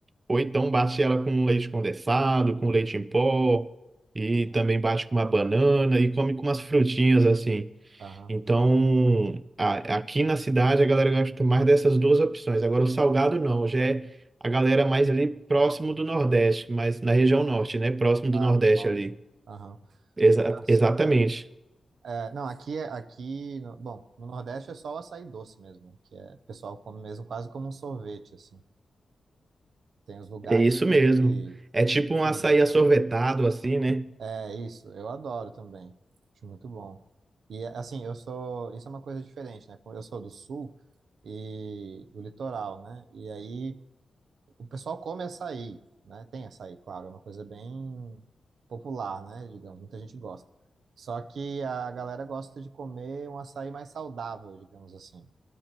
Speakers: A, on the right; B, on the right.
A: ou então bate ela com leite condensado, com leite em pó, e
B: sim.
A: também bate com uma banana, e come com umas frutinhas assim.
B: Aham.
A: Então, a- aqui na cidade a galera gosta mais dessas duas opções. Agora, o salgado não, já é a galera mais ali próximo do Nordeste, mas na região norte, né? Próximo
B: Ah,
A: do Nordeste
B: no norte.
A: ali.
B: Aham.
A: Exa-
B: Ah, sim.
A: exatamente.
B: É, não, aqui, é- aqui no, bom, no Nordeste é só o açaí doce mesmo, né? que é, o pessoal come mesmo quase como um sorvete, assim. Tem os lugares
A: É isso mesmo.
B: que
A: É
B: tem
A: tipo
B: de
A: um
B: tudo,
A: açaí
B: assim.
A: assorvetado, assim, né?
B: É isso, eu adoro também. Acho muito bom. E assim, eu sou. Isso é uma coisa diferente, né? Como Eu sou do sul e do litoral, né? E aí o pessoal come açaí, né? Tem açaí, claro, é uma coisa bem popular, né? Digamos, muita gente gosta. Só que a galera gosta de comer um açaí mais saudável, digamos assim.